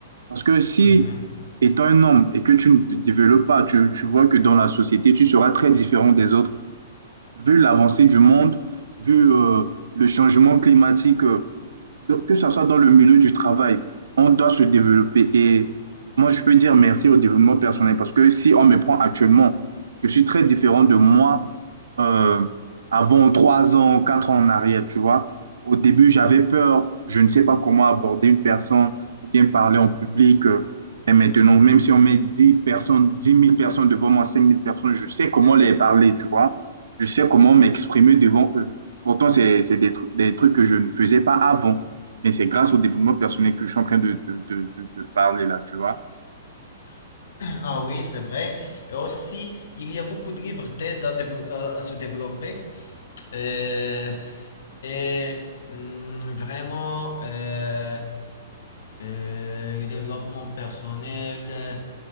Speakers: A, on the right; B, on the left.
A: Parce que si,
B: Mhm.
A: étant un homme et que tu ne te développes pas, tu, tu vois que dans la société, tu seras très différent des autres. Vu l'avancée du monde, vu euh, le changement climatique, euh, Donc, que ce soit dans le milieu du travail, on doit se développer. Et moi, je peux dire merci au développement personnel parce que si on me prend actuellement, je suis très différent de moi euh, avant trois ans, quatre ans en arrière, tu vois. Au début, j'avais peur, je ne sais pas comment aborder une personne ou bien parler en public. euh, Et maintenant, même si on met 10 personnes, dix mille personnes devant moi, cinq mille personnes, je sais comment les parler, tu vois. Je sais comment m'exprimer devant eux. Pourtant, c'est c'est des, tru- des trucs que je ne faisais pas avant. Mais c'est grâce au développement personnel que je suis en train de, de, de, de- de parler là, tu vois.
B: Ah oui, c'est vrai. Et aussi, il y a beaucoup de liberté d'aide à, dévo- à- à se développer. Euh, et hum, vraiment, euh, euh, le développement personnel